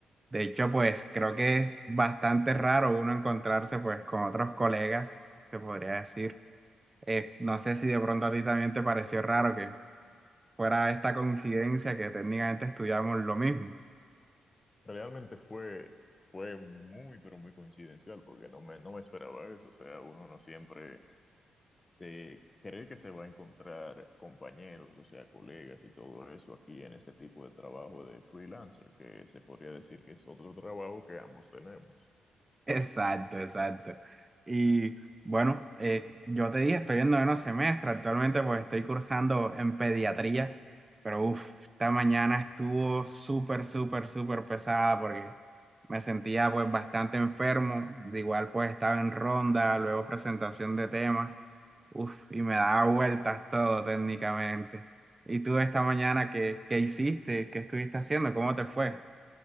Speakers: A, on the right; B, on the left.
A: De hecho, pues creo que es bastante raro uno encontrarse pues con otros colegas, se podría decir. Eh, no sé si de pronto a ti también te pareció raro que fuera esta coincidencia que técnicamente estudiamos lo mismo.
B: Realmente fue, fue muy, pero muy coincidencial porque no me, no me esperaba eso. O sea, uno no siempre se cree que se va a encontrar compañeros, o sea, colegas y todo eso aquí en este tipo de trabajo de freelancer, que se podría decir que es otro trabajo que ambos tenemos.
A: Exacto, exacto. Y bueno, eh, yo te dije, estoy en noveno semestre, actualmente pues estoy cursando en pediatría, pero uff, esta mañana estuvo súper, súper, súper pesada porque me sentía pues bastante enfermo, de igual pues estaba en ronda, luego presentación de temas, uff, y me daba vueltas todo técnicamente. ¿Y tú esta mañana qué, qué hiciste? ¿Qué estuviste haciendo? ¿Cómo te fue?